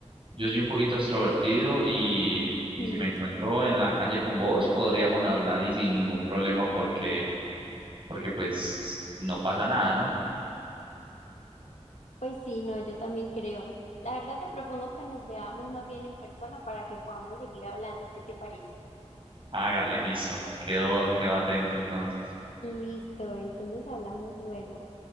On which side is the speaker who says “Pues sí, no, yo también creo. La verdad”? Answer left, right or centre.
Left